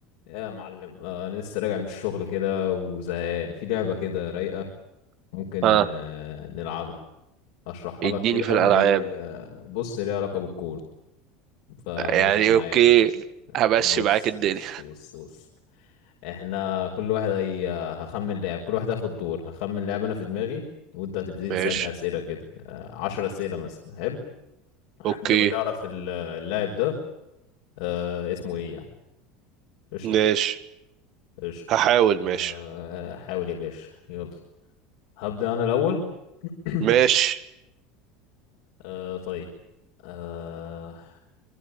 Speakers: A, on the left; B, on the right.
A: يا معلم آه، انا لسه راجع من الشغل كده وزهقان في لعبة كده رايقة ممكن
B: ها
A: آه، نلعبها اشرحها
B: اديني
A: لك كده
B: في الالعاب
A: هي آه، بص ليها علاقة بالكورة فماشي
B: يعني
A: معايا
B: اوكي
A: كده
B: همشي
A: بص
B: معاك الدنيا
A: بص بص بص احنا كل واحد هي هخمن لعب كل واحد هياخد دور هخمن لعب انا في دماغي وانت هتبتدي
B: ماشي
A: تسألني اسئلة كده آه، عشر اسئلة مثلا حلو لحد
B: اوكي
A: ما تعرف ال- اللاعب ده آه، اسمه ايه يعني قشطة
B: ماشي
A: قشطة
B: هحاول
A: آه،
B: ماشي
A: حاول يا باشا يلا هبدأ أنا الأول <clears throat>
B: ماشي
A: آه طيب آه